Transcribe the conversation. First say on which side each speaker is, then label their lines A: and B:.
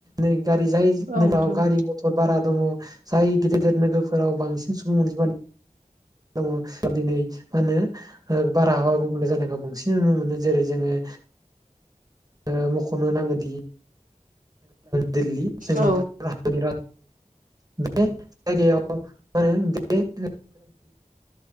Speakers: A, on the right; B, on the right.
A: नों गारि जायो
B: नोंथां
A: नों ग
B: औ
A: गारि
B: नोंथां
A: मथर बारा दङ जाय गेदिर गिदिर नोगोरफोराव बांसिन सुबुं अनजिमा नु दङ दिनै मा होनो बारहावा गुबुंले जानायखौ बांसिन नुनो मोन जेरै जोङो। ओ-मखनो नांगौदि। दिल्ली जोंनि
B: औ नोंथां औ
A: भतनि बे जायगायाव आरो बेल।